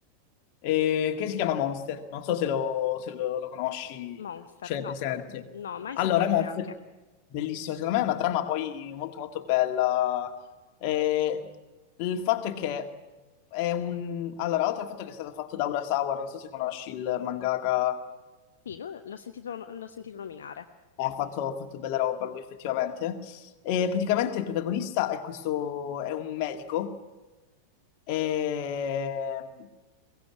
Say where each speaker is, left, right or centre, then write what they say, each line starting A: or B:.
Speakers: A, on the left (about 45°); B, on the left (about 65°).
A: eh, che si chiama Monster. Non so se lo, se lo- lo conosci,
B: Monster,
A: ce l'hai presente.
B: no, no, mai
A: Allora,
B: sentito
A: Monster,
B: neanche.
A: bellissimo, secondo me è una trama poi molto molto bella. Eh, il fatto è che è un... Allora, oltre al fatto che è stato fatto da Urasawa, non so se conosci il mangaka,
B: Sì, lo- l'ho sentito, l'ho sentito nominare.
A: ha fatto, ha fatto bella roba lui effettivamente. E praticamente il protagonista è questo, è un medico. Ehm,